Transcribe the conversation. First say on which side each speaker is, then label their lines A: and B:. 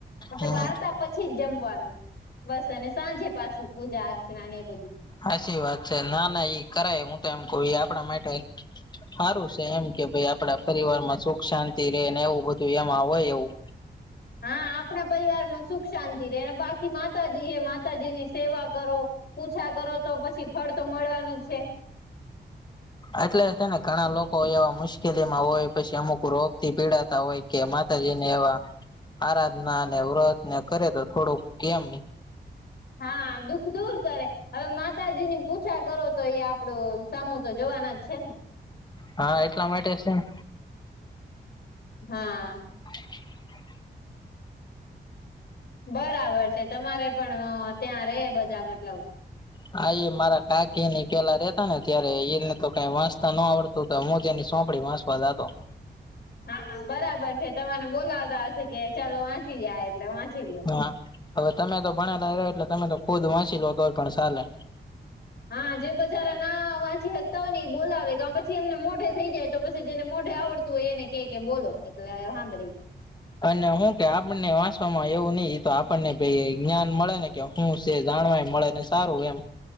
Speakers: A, on the left; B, on the left.
A: પછી
B: હમ
A: વાર પછી જ જમવાનું બસ અને સાંજે પાછું પૂજા અર્ચના ને એ બધું
B: સાચી વાત છે ના ના ઈ કરાય હું તો એમ કઉ એ આપણા માટે સારું છે એમ કે ભાઈ આપડા પરિવારમાં સુખ શાંતિ રે ને એવું બધું એમાં હોય એવું
A: હા આપણા પરિવારમાં સુખ શાંતિ રહે બાકી માતાજી હે માતાજી ની સેવા કરો પૂછા કરો તો પછી ફળ તો મળવાનું જ છે.
B: એટલે છે ને ઘણા લોકો એવા મુશ્કેલી માં હોય પછી અમુક રોગ થી પીડાતા હોય. કે માતાજી ને એવા આરાધના અને વ્રતને કરે તો થોડુંક કેમ
A: હા દુઃખ દૂર કરે હવે માતાજી ની પૂજા કરો તો એ આપડો સામું તો જવાના જ છે ને
B: હા એટલા માટે છે ને
A: <inaudible> હા.
B: <inaudible>
A: બરાબર છે તમારે પણ ત્યાં રે બધા મતલબ
B: હા ઈ મારા કાકીની પેલા રેતા ને ત્યારે એને તો કાંઈ વાંચતા ન આવડતું હું તેણી સોંપડી વાચવા જાતો
A: હા બરાબર છે તમને બોલાવતા હશે કે ચાલો વાંચી જાય એટલે વાંચી લોયો
B: હા હવે તમે તો ભણેલા રે એટલે તમે તો ખુદ વાંચી લો તોય પણ ચાલે
A: હા જે બજારા ના વાંચીતા સકતા એ બોલાવે કાર પછી એમને મોઢે થઈ જાય તો પછી જેને મોઢે આવડ તું એને કે કે બોલો એટલે હા
B: અને હું કે આપને વાંચવામાં એવું ની તો આપણને ભાઈ જ્ઞાન મળે ને કે શું છે જાણવાયમ મળે ને સારું એમ